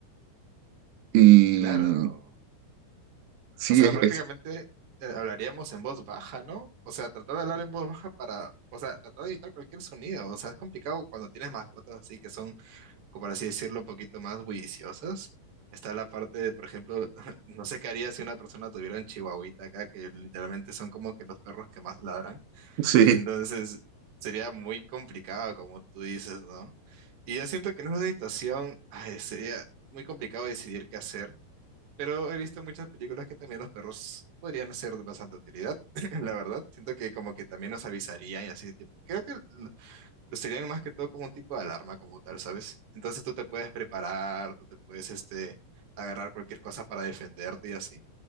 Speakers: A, on the right; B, on the right.
A: Y
B: claro.
A: sí,
B: O sea,
A: es,
B: prácticamente
A: es-
B: eh, hablaríamos en voz baja, ¿no? O sea, tratar de hablar en voz baja para, o sea, tratar de evitar cualquier sonido. O sea, es complicado cuando tienes mascotas así que son como por así decirlo, un poquito más bulliciosas. Está la parte de, por ejemplo, <laughs> no sé qué haría si una persona tuviera un chihuahuita acá, que literalmente son como que los perros que más ladran.
A: <laughs> sí,
B: Y entonces sería muy complicado, como tú dices, ¿no? Y yo siento que en esa situación ay, sería muy complicado decidir qué hacer, pero he visto muchas películas que también los perros podrían ser de bastante utilidad, <laughs> la verdad. Siento que como que también nos avisarían y así, tipo, creo que lo sirven más que todo como un tipo de alarma como tal, ¿sabes? Entonces tú te puedes preparar, tú te puedes este, agarrar cualquier cosa para defenderte y así.